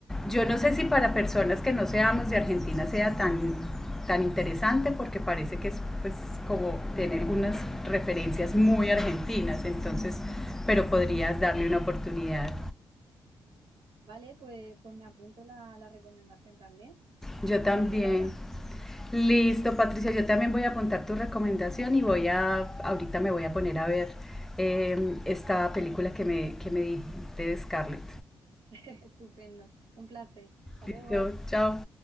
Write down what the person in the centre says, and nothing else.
Yo no sé si para personas que no seamos de Argentina sea tan, tan interesante porque parece que es pues como tener algunas referencias muy argentinas, entonces, pero podrías darle una oportunidad.
Yo
también
Listo, Patricia, yo también voy a apuntar tu recomendación y voy a, ahorita me voy a poner a ver eh, esta película que me, que me dijiste de Scarlett.
Listo,
chao.